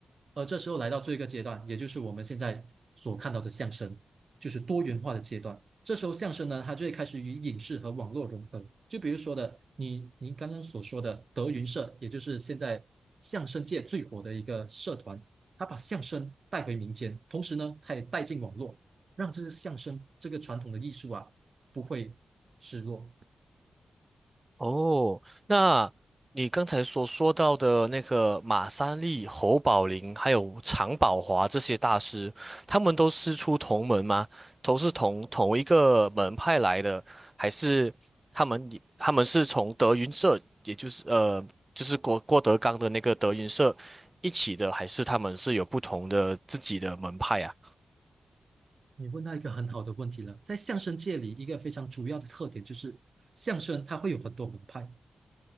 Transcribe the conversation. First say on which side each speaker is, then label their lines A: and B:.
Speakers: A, on the right; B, on the right.
A: 而这时候来到这一个阶段，也就是我们现在所看到的相声，就是多元化的阶段。这时候相声呢，它就会开始与影视和网络融合。就比如说的，你您刚刚所说的德云社，也就是现在相声界最火的一个社团，它把相声带回民间，同时呢，它也带进网络，让这个相声这个传统的艺术啊，不会失落。
B: 哦，那你刚才所说到的那个马三立、侯宝林，还有常宝华这些大师，他们都师出同门吗？都是同同一个门派来的，还是他们也他们是从德云社，也就是呃，就是郭郭德纲的那个德云社一起的，还是他们是有不同的自己的门派啊？
A: 你问到一个很好的问题了，在相声界里，一个非常主要的特点就是相声它会有很多门派。